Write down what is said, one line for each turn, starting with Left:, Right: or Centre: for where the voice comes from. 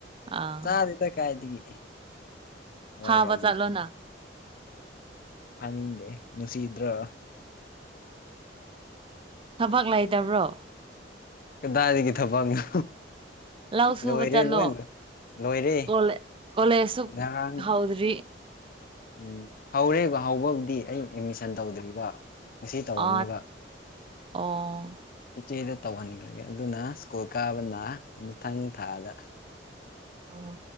Right: ꯑꯥ
Left: ꯆꯥꯗꯦꯗ ꯀꯥꯏꯗꯒꯤ꯫ ꯍꯥꯋꯏꯒꯥ
Right: ꯐꯥꯕ
Left: ꯑꯔꯨꯒ
Right: ꯆꯠꯂꯣꯅ
Left: ꯇꯥꯅꯤꯡꯗꯦ ꯍꯦ ꯅꯨꯡꯁꯤꯗ꯭ꯔꯣ
Right: ꯊꯕꯛ ꯂꯩꯇꯕ꯭ꯔꯣ ꯅꯪ꯫
Left: ꯀꯗꯥꯏꯗꯒꯤ ꯊꯕꯛꯅꯣ?
Right: ꯂꯧ ꯁꯨꯕ
Left: ꯂꯣꯏꯔꯦ
Right: ꯆꯠꯂꯣ
Left: ꯂꯣꯏꯅꯥ꯫ ꯂꯣꯏꯔꯦ
Right: ꯀꯣꯂꯦ ꯀꯣꯂꯦꯖꯁꯨ
Left: ꯉꯔꯥꯡ
Right: ꯍꯧꯗ꯭ꯔꯤ
Left: ꯎꯝ ꯍꯧꯔꯦꯕ ꯍꯧꯕꯕꯨꯗꯤ ꯑꯩ ꯑꯦꯠꯃꯤꯁꯟ ꯇꯧꯗ꯭ꯔꯤꯕ ꯉꯁꯤ ꯇꯧꯔꯅꯤꯕ
Right: ꯑꯥ ꯑꯣ
Left: ꯏꯆꯦꯗ ꯇꯧꯍꯟꯈ꯭ꯔꯒꯦ ꯑꯗꯨꯅ ꯁ꯭ꯀꯨꯜ ꯀꯥꯕꯅ ꯃꯊꯪ ꯊꯥꯗ
Right: ꯑꯣ